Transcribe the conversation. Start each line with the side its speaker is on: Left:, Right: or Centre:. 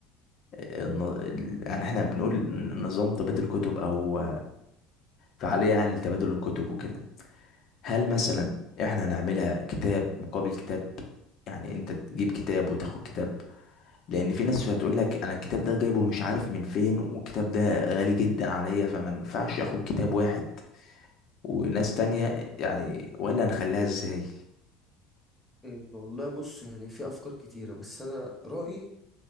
Left: الن- ال- يعني احنا بنقول نظام تبادل كتب او فعالية يعني لتبادل الكتب وكده هل مثلا احنا نعملها كتاب مقابل كتاب يعني انت تجيب كتاب وتاخد كتاب لان في ناس هتقول لك انا الكتاب ده جايبه مش عارف من فين والكتاب ده غالي جدا عليا فما ينفعش اخد كتاب واحد وناس تانية يعني ولا نخليها ازاي
Centre: إيه، والله بص يعني في افكار كتيره بس انا رايي